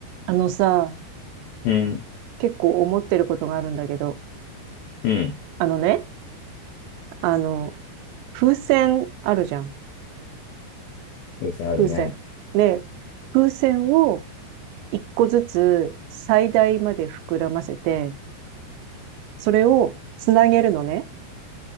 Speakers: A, on the right; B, on the left.
A: あのさ、
B: うん、
A: 結構思ってることがあるんだけど、
B: うん、
A: あのね、あの、風船あるじゃん。
B: 優先あるね。
A: 風船。で、風船を一個ずつ最大まで膨らませて、それをつなげるのね。